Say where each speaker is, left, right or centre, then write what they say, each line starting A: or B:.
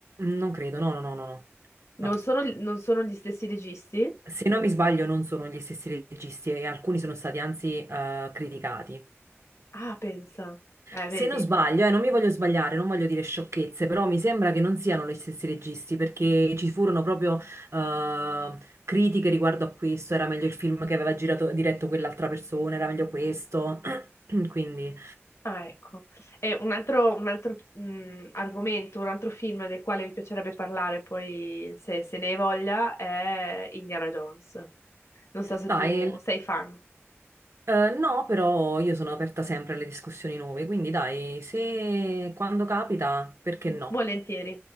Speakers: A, on the right; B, on the left.
A: non credo, no, no, no, no, no.
B: Non
A: No.
B: sono, non sono gli stessi registi?
A: Se non mi sbaglio non sono gli stessi registi e alcuni sono stati anzi eh, criticati.
B: Ah, pensa. Eh,
A: Se
B: vedi.
A: non sbaglio, eh, non mi voglio sbagliare, non voglio dire sciocchezze, però mi sembra che non siano gli stessi registi, perché ci furono proprio eh, critiche riguardo a questo, era meglio il film che aveva girato, diretto quell'altra persona, era meglio questo. <clears throat> Quindi,
B: Ah, ecco. E un altro, un altro, mh, argomento, un altro film del quale mi piacerebbe parlare poi, se, se ne hai voglia, è Indiana Jones. Non so se
A: dai,
B: tu sei fan.
A: eh, no, però io sono aperta sempre alle discussioni nuove, quindi dai, se quando capita, perché no?
B: Volentieri.